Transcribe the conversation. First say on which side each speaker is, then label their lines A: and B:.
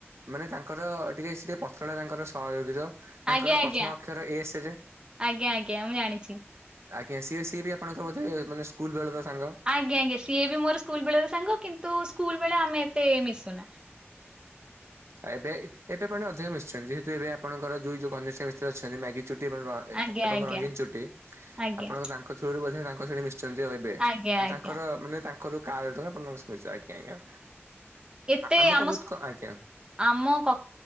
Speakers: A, on the right; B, on the right.
A: ମାନେ ତାଙ୍କର ଟିକେ ସେ ପତଳା ତାଙ୍କର ସରିର ତାଙ୍କର
B: ଆଜ୍ଞା ଆଜ୍ଞା
A: ପ୍ରଥମ ଅକ୍ଷର ଏସରେ
B: ଆଜ୍ଞା ଆଜ୍ଞା ମୁଁ ଜାଣିଛି।
A: ଆଜ୍ଞା ସିଏ ସିଏ ବି ଆପଣଙ୍କ ବୋଧେ ମାନେ ସ୍କୁଲ ବେଳର ସାଙ୍ଗ
B: ଆଜ୍ଞା ଆଞା ସିଏ ବି ମୋର ସ୍କୁଲ ବେଳର ସାଙ୍ଗ କିନ୍ତୁ ସ୍କୁଲ ବେଳେ ଆମେ ଏତେ ମିଶୁନା
A: ଆଉ ଏବେ ଏବେ ଅଧିକ ମିଶୁଛନ୍ତି ଯେହେତୁ ଏବେ ଆପଣଙ୍କର ଯୋଉ ଯୋଉ ଘନିଷ୍ଠ ମିତ୍ର ଅଛନ୍ତି ମ୍ୟାଗି ଚୁଟି ଏବଂ
B: ଆଜ୍ଞା
A: ଏବଂ
B: ଆଜ୍ଞା
A: ରଙ୍ଗୀନ ଚୁଟି
B: ଆଜ୍ଞା
A: ଆପଣଙ୍କ ତାଙ୍କ ଥ୍ରୁରୁ ବୋଧେ ତାଙ୍କ ଶ ମିଶୁଛନ୍ତି ଏବେ
B: ଆଜ୍ଞା ଆଜ୍ଞା
A: ତାଙ୍କର ମାନେ ତାଙ୍କର କା ଆପଣ ଆଜ୍ଞା ଆଜ୍ଞା
B: ଏତେ
A: ଆମେ
B: ଆମ
A: ତ ବହୁତ
B: ସ୍କୁ
A: ଆଜ୍ଞା
B: ଆମ କ